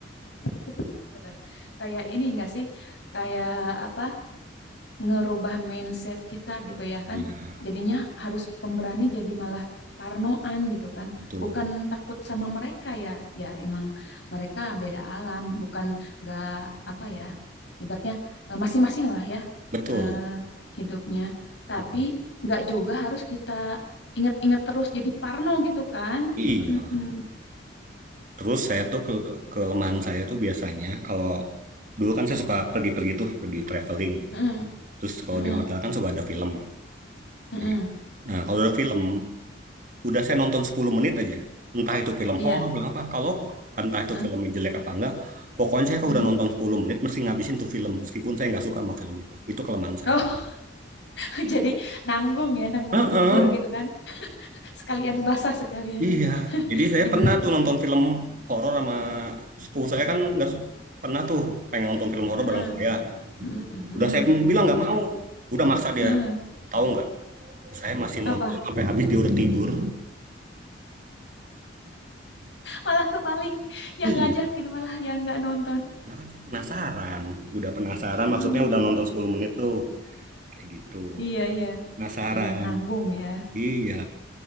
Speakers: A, on the left; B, on the right.
A: Iya, Bener-bener. Kayak ini nggak sih? Kayak apa? ngerubah mindset kita gitu ya
B: Iya,
A: kan. Jadinya harus pemberani jadi malah parnoan gitu kan.
B: betul.
A: Bukan takut sama mereka ya. Ya emang mereka beda alam, bukan nggak apa ya. Ibaratnya eh, masing-masing lah ya
B: Betul.
A: eh, hidupnya. Tapi
B: Mm-mm.
A: nggak juga harus kita ingat-ingat terus jadi parno gitu kan.
B: Iya.
A: Mm-mm.
B: Terus saya tuh ke kelemahan saya tuh biasanya kalau dulu kan saya suka pergi-pergi tuh, pergi traveling.
A: Mm-mm.
B: Terus kalau
A: Mm-mm.
B: di hotel kan suka ada film.
A: Mm-mm.
B: Iya. Nah, kalau ada film, udah saya nonton 10 menit aja. Entah itu film
A: Iya.
B: horor, film apa. Kalau entah itu
A: Hah?
B: filmnya jelek apa enggak, pokoknya saya kalau
A: Mm-mm.
B: udah nonton 10 menit mesti ngabisin tuh film meskipun saya nggak suka sama film itu. Itu kelemahan saya.
A: Oh, <laughs> jadi nanggung ya, nanggung
B: Heeh,
A: nyebur gitu kan. sekalian basah sekalian
B: Iya,
A: <laughs>
B: jadi saya
A: nyembur
B: pernah tuh nonton film horor sama sepupu saya kan nggak su- pernah tuh pengen nonton film horor
A: Heeh.
B: bareng saya.
A: Mm, mm,
B: Udah saya bilang nggak mau, udah maksa dia.
A: mm.
B: Tahu nggak? Saya masih
A: apa
B: nonton sampai habis dia udah tidur.
A: malah kebalik yang
B: Iya,
A: ngajakin malah yang nggak nonton
B: karena kan saya penasaran. Udah penasaran,
A: Mm, mm.
B: maksudnya udah nonton
A: mm.
B: 10 menit tuh. Kayak gitu.
A: iya iya
B: Penasaran.
A: iya nanggung ya
B: Iya,